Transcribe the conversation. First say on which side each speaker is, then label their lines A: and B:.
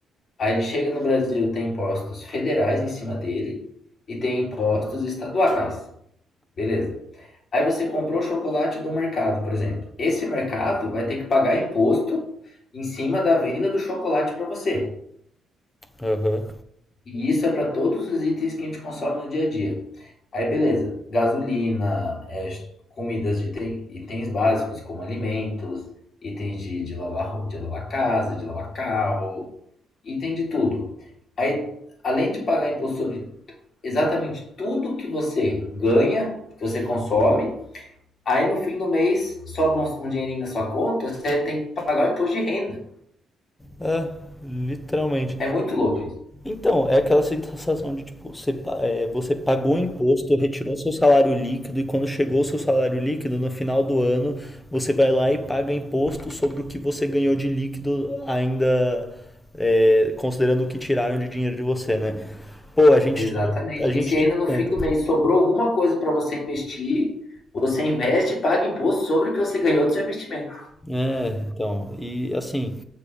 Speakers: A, on the left; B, on the left.
A: Aí ele chega no Brasil, tem impostos federais em cima dele e tem impostos estaduais. Beleza. Aí você comprou o chocolate do mercado, por exemplo. Esse mercado vai ter que pagar imposto em cima da venda do chocolate para você.
B: Aham.
A: E isso é para todos os itens que a gente consome no dia a dia. Aí, beleza. Gasolina, é, comidas de item- itens básicos, como alimentos, itens de, de lavar, rou- de lavar casa, de lavar carro, item de tudo. Aí, além de pagar imposto sobre exatamente tudo que você ganha, que você consome, Aí no fim do mês sobra um um dinheirinho na sua conta, você tem que pagar o imposto de renda.
B: É, literalmente.
A: É muito louco isso.
B: Então, é aquela sensação de tipo, você, pa- é, você pagou o imposto, retirou seu salário líquido e quando chegou o seu salário líquido, no final do ano, você vai lá e paga imposto sobre o que você ganhou de líquido ainda é, considerando o que tiraram de dinheiro de você, né? Pô, a gente,
A: Exatamente.
B: a gente
A: E se ainda
B: tinha
A: no fim
B: um
A: do mês sobrou alguma coisa para você investir, você investe e paga imposto sobre o que você ganhou do seu investimento.
B: É, então, e assim,